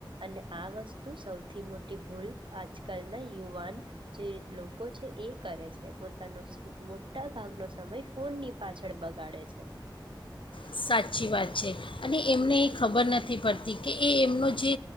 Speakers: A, on the right (about 75°); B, on the left (about 80°).
A: અને આ વસ્તુ સૌથી મોટી ભૂલ આજકાલના યુવાન જે લોકો છે એ કરે છે પોતાનો મોટા ભાગનો સમય ફોનની પાછળ બગાડે છે.
B: સાચી વાત છે અને એમને એ ખબર નથી પડતી કે એ એમનો જે